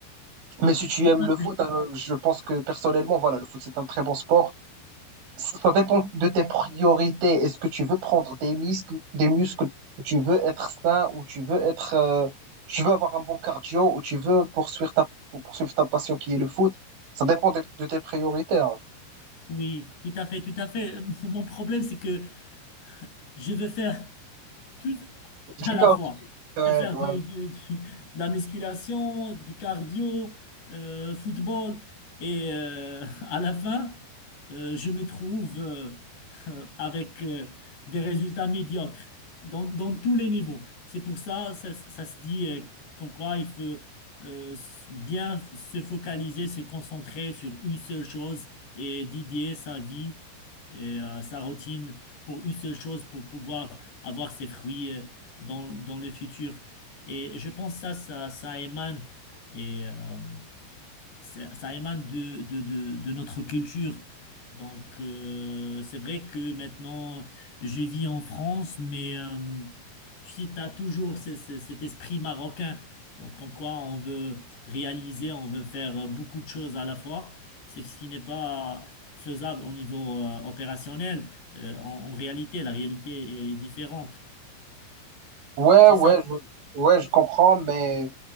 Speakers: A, on the right (about 85°); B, on the left (about 65°).
A: Mais si tu
B: tout
A: aimes
B: à
A: le
B: fait.
A: foot, euh, je pense que personnellement, voilà, le foot, c'est un très bon sport. Ça, ça dépend de tes priorités. Est-ce que tu veux prendre des muscles, des muscles, ou tu veux être sain, ou tu veux être, euh, tu veux avoir un bon cardio, ou tu veux poursuivre ta, poursuivre ta passion qui est le foot. Ça dépend de, de tes priorités. hein.
B: Oui, tout à fait, tout à fait. Mon problème, c'est que je veux faire tout à
A: D'accord.
B: la fois.
A: Ouais,
B: Je vais faire
A: ouais.
B: du, du- du- de la musculation, du cardio, euh, football. Et euh, à la fin, euh, je me trouve euh, <laughs> euh, avec euh, des résultats médiocres dans, dans tous les niveaux. C'est pour ça, ça, ça se dit euh, comme quoi il faut euh, s- bien se focaliser, se concentrer sur une seule chose et dédier sa vie et euh, sa routine pour une seule chose pour pouvoir avoir ses fruits. euh, dans, dans le futur. Et je pense que ça, ça, ça émane, et, euh, ça, ça émane de, de, de, de notre culture. Donc, euh, c'est vrai que maintenant, je vis en France, mais euh, tu sais, tu as toujours ce- ce- cet esprit marocain. Donc, en quoi on veut réaliser, on veut faire beaucoup de choses à la fois, ce qui n'est pas faisable au niveau euh, opérationnel. Euh, en en réalité, la réalité est différente.
A: Ouais,
B: C'est
A: ouais,
B: ça.
A: je, ouais, je comprends, mais